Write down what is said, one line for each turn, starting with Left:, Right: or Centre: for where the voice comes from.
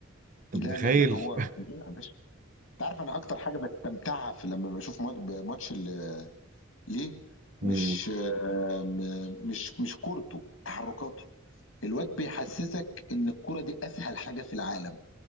Left: لا
Right: أنت متخيل؟
Left: لا لا هو فظيع يا باشا انت عارف انا اكتر حاجه بستمتعها في لما بشوف مات- ماتش ال- ليه
Right: <laughs>
Left: مش آه م- مش مش كورته تحركاته الواد بيحسسك ان الكرة دي اسهل حاجة في العالم